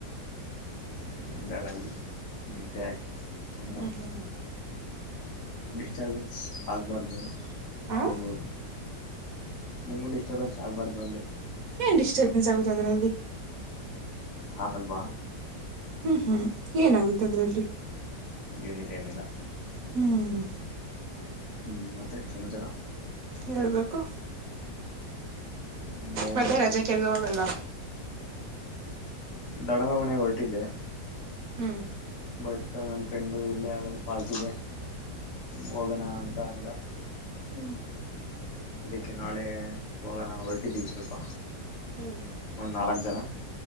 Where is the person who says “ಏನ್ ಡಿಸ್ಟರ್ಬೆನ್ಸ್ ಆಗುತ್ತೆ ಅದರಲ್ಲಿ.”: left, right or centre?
Right